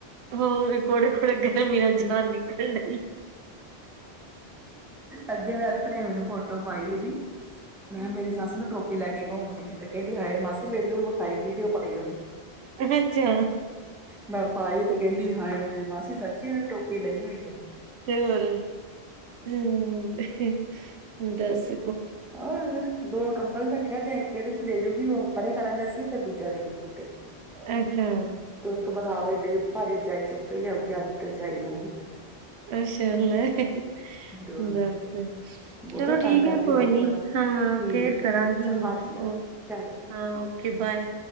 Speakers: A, on the right; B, in the centre.
A: ਹੋਰ, ਘੋੜੇ-ਘੋੜੇ ਗਰਮੀ ਨਾਲ ਜਾਨ ਨਿਕਲ ਡਈ
B: ਅੱਗੇ, ਮੈ ਭਣੇ ਮੈਨੂੰ ਫੋਟੋ ਪਾਈ ਇਹਦੀ ਮੈ ਕਿਹਾ ਮੇਰੀ ਸੱਸ ਨਾ ਟੋਪੀ ਲੈਕੇ ਘੁੰਮਦੀ ਹੈ। ਤੇ ਕਹਿਦੀ ਹਾਏ, ਮਾਸੀ ਮੈਨੂੰ ਵੀ ਵਿਖਾਈ ਵੀਡੀਓ ਪਾਈ ਉਹਦੀ।
A: ਅੱਛਾ
B: ਮੈ ਪਾਈ ਤੇ ਕਹਿਦੀ ਹਾਏ-ਹਾਏ ਮਾਸੀ ਸ ਚੀਲ ਟੋਪੀ ਲਈ ਹੋਈ ਹੈ।
A: ਤੇ ਹੋਰ ਹੂੰ, ਦੱਸ
B: ਆ ਦੋ ਕੰਬਲ ਰਖਿਆ ਤੇ ਇਕ ਇਹਦੇ ਤੇ ਦੇਜੂਗੀ, ਉਹ ਪਰੇ ਕਰਾਂਗੇ ਅਸੀ ਫਿਰ ਦੂਜਾ ਦੇਦੂ ਉਤੇ
A: ਅਛਾ।
B: ਤੇ ਉਸ ਤੋਂ ਬਾਅਦ ਆਪ ਏਡੇ ਭਾਰੀ ਰਜਾਈ ਚੁੱਕ ਕੇ ਲਿਆਉਗੀ। ਆਪਦੀ ਤੇ ਰਜਾਈ ਲਊਗੀ, ਫਿਰ
A: ਅਛਾ, ਲੈ <unintelligible>
B: ਤੇ ਹੋਰ
A: ਬਸ,
B: ਬਹੁਤਾ
A: ਚਲੋ
B: ਤੰਗ
A: ਠੀਕ
B: ਕਰਦੀ
A: ਹੈ। ਕੋਈ
B: ਰਾਤ
A: ਨੀ
B: ਭਰ
A: ਹਾਂ,
B: ਠੀਕ
A: ਫੇਰ ਕਰਾਂਗੀ।
B: ਆ ਚੱਲ
A: ਮੈ
B: ਬਾਅਦ ਚ
A: ਉਹ
B: ਕਰ ਚੰਗਾ
A: ਹਾਂ, ਓਕੇ ਬਾਏ।